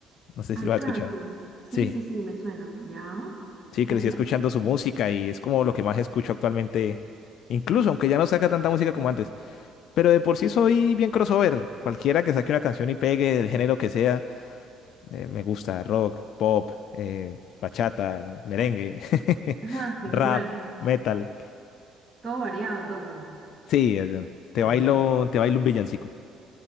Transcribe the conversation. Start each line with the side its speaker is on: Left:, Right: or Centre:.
Left: No sé
Right: Arcángel.
Left: si lo has escuchado.
Right: Sí,
Left: Sí,
Right: sí, sí, me suena. ¿Ya?
Left: sí,
Right: ¿Está
Left: crecí
Right: bien?
Left: escuchando su música y es como lo que más escucho actualmente, incluso aunque ya no saca tanta música como antes. Pero de por sí soy bien crossover. Cualquiera que saque una canción y pegue del género que sea, eh, me gusta rock, pop, eh, bachata, merengue, <laughs>
Right: Ah, genial.
Left: rap, metal.
Right: Todo variado entonces.
Left: Sí, eh, te
Right: Ah,
Left: bailo,
Right: ya.
Left: te bailo un villancico.